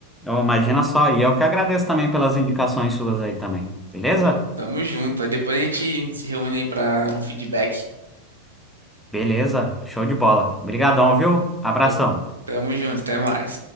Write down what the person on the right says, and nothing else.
Pô, tamo junto. Aí depois a gente se reúne aí pra um feedback.
Tamo, tamo junto, até mais.